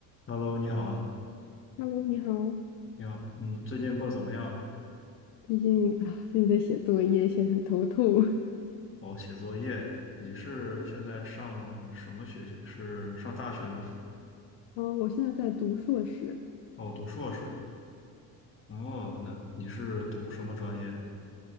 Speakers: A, on the left; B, on the left.
A: Hello，你好啊，
B: Hello，你好。
A: 你好，嗯，最近过得怎么样？
B: 最近啊，最近在写作业，写得很头痛。<laughs>
A: 哦，写作业，你是现在上什么学校？是上大学吗？
B: 啊，我现在在读硕士，
A: 哦，读硕士。哦，那你是读什么专业的？